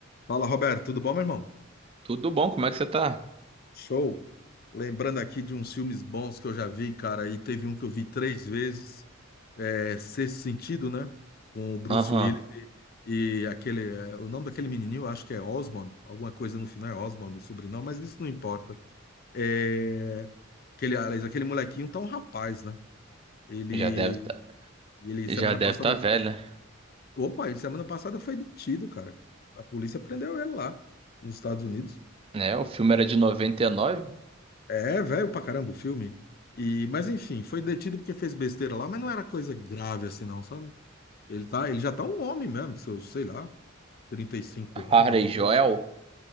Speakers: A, on the left; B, on the right.
A: Fala, Roberto, tudo bom, meu irmão?
B: Tudo bom, como é que você tá?
A: Show. Lembrando aqui de uns filmes bons que eu já vi, cara, e teve um que eu vi três vezes, é Sexto Sentido, né? Com o Bruce
B: Aham,
A: Willis e, e aquele, é, o nome daquele menininho, acho que é Osmond, alguma coisa no final é Osmond, o sobrenome, mas isso não importa. É, aquele, aliás, aquele molequinho tá um rapaz, né? Ele,
B: Já deve tá,
A: ele
B: já
A: semana
B: deve
A: passada,
B: tá velho, né?
A: opa, ele semana passada foi detido, cara. A polícia prendeu ele lá, nos Estados Unidos.
B: Né, o filme era de noventa e nove.
A: É velho pra caramba o filme. E, mas enfim, foi detido porque fez besteira lá, mas não era coisa grave assim, não, sabe? Ele tá, ele já tá um homem mesmo, seus, sei lá, 35 anos,
B: Harry
A: alguma
B: Joel?
A: coisa assim.